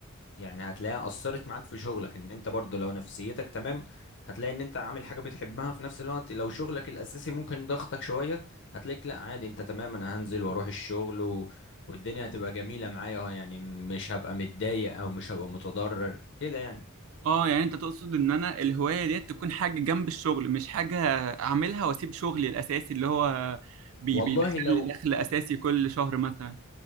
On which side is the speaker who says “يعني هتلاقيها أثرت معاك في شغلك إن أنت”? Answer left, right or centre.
Left